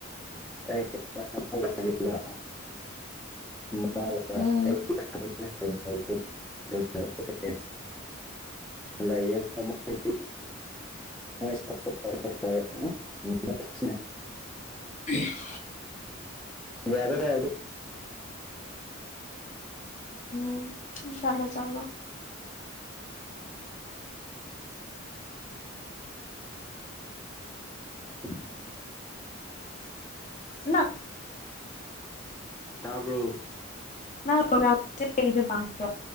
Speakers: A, in the centre; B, on the left.
A: ꯑꯩ <unintelligible> ꯃꯥ
B: ꯎꯝ
A: <unintelligible> ꯂꯩꯌꯦ <unintelligible> ꯎꯦ <inaudible> ꯁꯅꯦ <unintelligible>
B: ꯎ <inaudible>
A: ꯌꯥꯔꯔ
B: ꯎꯝ ꯆꯂꯣ ꯆꯂꯣ
A: <inaudible>
B: ꯅ
A: ꯇꯥꯕꯣ
B: ꯅ ꯑ ꯄꯥꯡꯦ